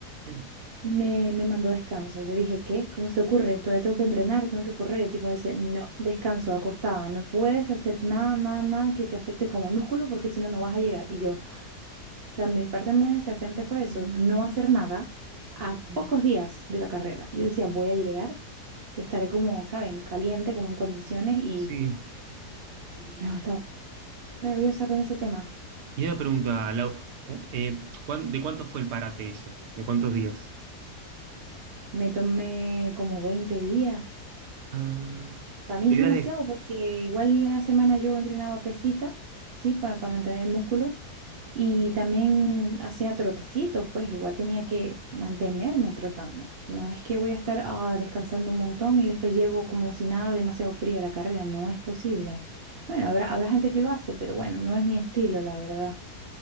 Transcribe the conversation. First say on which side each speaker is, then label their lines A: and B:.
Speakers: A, on the right (about 80°); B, on the right (about 50°).
A: mm.
B: Y me, me mandó descanso. Yo dije, ¿qué? ¿Cómo se te ocurre? Todavía tengo que entrenar, tengo que correr. Y el tipo me dice, no, descanso, acostada. No puedes hacer nada, nada, nada que te afecte como el músculo porque si no, no vas a llegar. Y yo, o sea, mi parte más desafiante fue eso, no hacer nada a pocos días de la carrera. Yo decía, voy a llegar, estaré como, ¿saben? Caliente, como en condiciones y
A: Sí.
B: no, estaba nerviosa con ese tema.
A: Y una pregunta, Lau, cu- eh, ¿cuán- ¿de cuánto fue el parate ese? ¿De cuántos días?
B: Me tomé como veinte días
A: Ah,
B: Para mí
A: te
B: es
A: habías
B: demasiado
A: dej-
B: porque igual la semana yo entrenaba pesita, ¿sí? Para mantener el músculo y también hacía trotecitos, pues igual tenía que mantenerme trotando. No es que voy a estar ah, descansando un montón y después llego como si nada demasiado fría a la carrera, no es posible. Bueno, habrá, habrá gente que lo hace, pero bueno, no es mi estilo, la verdad.